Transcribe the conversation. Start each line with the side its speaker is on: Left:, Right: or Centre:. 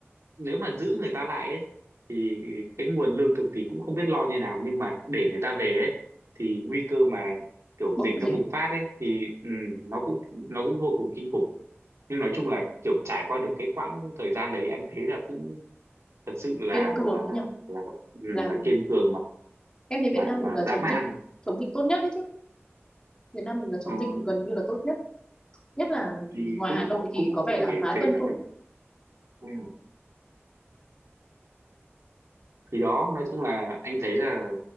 Right: nếu mà giữ người ta lại ấy, thì cái nguồn lương thực thì cũng không biết lo như nào nhưng mà để người ta về ấy, thì nguy cơ mà kiểu
Left: bùng
Right: dịch
Left: dịch
Right: nó bùng phát ấy thì ừ, nó cũng nó cũng vô cùng kinh khủng nhưng nói chung là kiểu trải qua được cái quãng thời gian đấy anh thấy là cũng thật sự là
Left: kiên cường
Right: là
Left: ấy
Right: là
Left: nhỉ
Right: là, ừ,
Left: làm
Right: là kiên cường
Left: em thấy Việt
Right: mà
Left: Nam mình
Right: mà
Left: là
Right: dã
Left: chống
Right: man
Left: dịch chống dịch tốt nhất đấy chứ Việt Nam mình là chống
Right: ừ,
Left: dịch gần như là tốt nhất nhất là
Right: thì
Left: ngoài
Right: cũng
Left: Hà Nội thì
Right: cũng có
Left: có vẻ
Right: thể
Left: là khá
Right: thể
Left: tuân
Right: nói
Left: thủ
Right: ừ. thì đó nói chung là anh thấy là